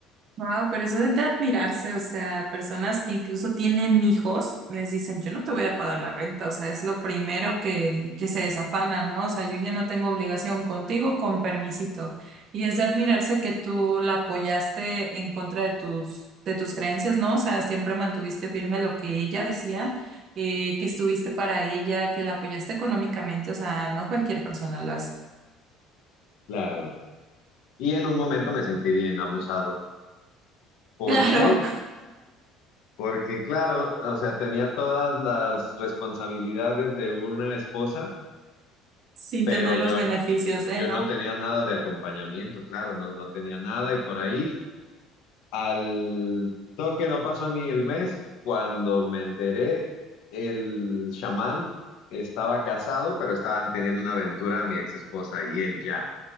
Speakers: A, on the right; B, on the left.
A: Wow, pero eso es de admirarse, o sea, personas que incluso tienen hijos, les dicen, yo no te voy a pagar la renta, o sea, es lo primero que, que se desafanan, ¿no? O sea, yo ya no tengo obligación contigo, con permisito. Y es de admirarse que tú la apoyaste en contra de tus, de tus creencias, ¿no? O sea, siempre mantuviste firme lo que ella decía, eh, que estuviste para ella, que la apoyaste económicamente, o sea, no cualquier persona lo hace.
B: Claro. Y en un momento me sentí bien abusado. porque
A: Claro,
B: Porque claro, o sea, tenía todas las responsabilidades de una esposa,
A: <laughs> sin
B: pero
A: tener
B: yo,
A: los beneficios de,
B: yo
A: ¿no?
B: no tenía nada de acompañamiento, claro, no, no tenía nada y por ahí al toque no pasó ni el mes cuando me enteré, el chamán estaba casado, pero estaban teniendo una aventura mi ex esposa y él ya.